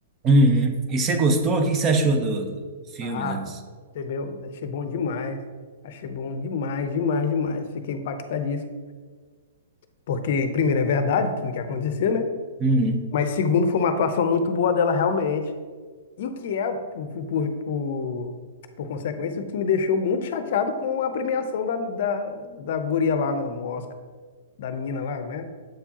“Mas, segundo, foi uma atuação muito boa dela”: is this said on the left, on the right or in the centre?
Left